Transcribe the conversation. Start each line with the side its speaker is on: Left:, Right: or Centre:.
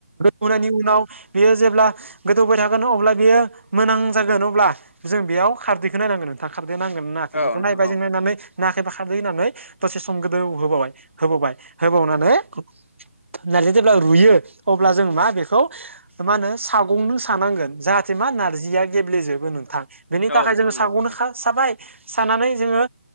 Right: उनाव न बियो जेब्ला गोदौबाय थागोन अब्ला बियो मोनां जागोन अब्ला जों बेयाव खारदैखौ नायनांगोन नोंथां खारदै नांगोन होनाखै
Left: औ
Right: बेखौ
Left: नोंथां
Right: नायबाय
Left: औ
Right: जों नायनानै। नाखैबा खारदो होनानै दसे सम गोदो। होबावनानैजि जेब्ला रुयो अब्ला जों मा खौ मा होनो सागंनो सानांगोन जाहाथे मा नारजिया गेब्लेजोबो नोंथां बेनि थाखाय
Left: औ नोंथां
Right: जोङो
Left: औ नोंथां औ
Right: साग'नोखा साबाय सानानै जोङो